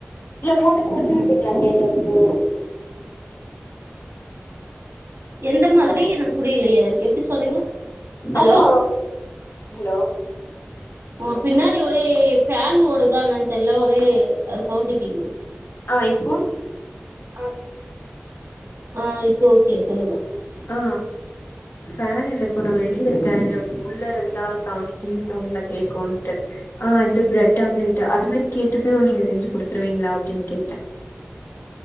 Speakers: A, on the left (about 80°); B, on the right (about 80°).
A: இல்ல போட்டு குடுத்து விட்டிங்களா கேட்டதுக்கு
B: எந்த மாதிரி
A: ஹலோ
B: எனக்கு புரிலையே எப்டி சொல்றீங்க ஹலோ
A: அதா ஹலோ
B: ஒ பின்னாடி ஒரே ஃபேன் ஓடுதா என்னான்னு தெர்ல ஒரே அது சவுண்டு கேக்குது
A: ஆ இப்போ
B: அ ஆ இப்ப ஓகே சொல்லுங்க
A: ஆ ஃபேன் இல்ல இப்ப நா வெளிய இருக்கே இல்ல உள்ள இருந்தா சவுண்ட் டி வி சவுண்ட்லா கேக்குன்ட்டு ஆ இந்த பிரெட் ஆம்லெட்டு அது மாரி கேட்டது நீங்க செஞ்சு கொடுத்துருவீங்களா அப்டின்னு கேட்டே